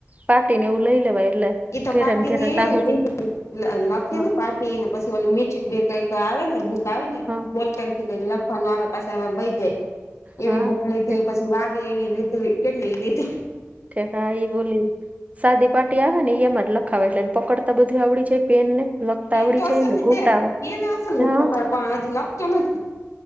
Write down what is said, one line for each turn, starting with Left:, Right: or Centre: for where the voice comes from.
Right: પાટી ને એવું લઈ લેવાય એટલે
Left: એ તો
Right: ઘેરે
Left: પાર્ટી
Right: ઘેરે
Left: ને
Right: તા
Left: એ
Right: હુધી
Left: લીધી લખે
Right: હા
Left: ને પાર્ટી ને પછી ઓ મી બે કઈ આવે ને બુક આવે ને
Right: હા
Left: બોલ પેન થી લખવાનું આવે પાછ વય જાય એવી
Right: હા
Left: બુક લીધી
Right: ઠેક
Left: પછી વાગે એવી લીધું કેટલી એ લીધું
Right: ઠ હા ઈ બોલી સાદી પાર્ટી આવે ને એ એમાં જ લખાવે એટલેને પકડતા બધું આવડી જાય પેન ને લખતા
Left: એન
Right: આવડી
Left: તો અલ
Right: જાય ને
Left: નને
Right: ઘૂંટાવે
Left: લે એનલ પણજ
Right: હા
Left: લક તોન જ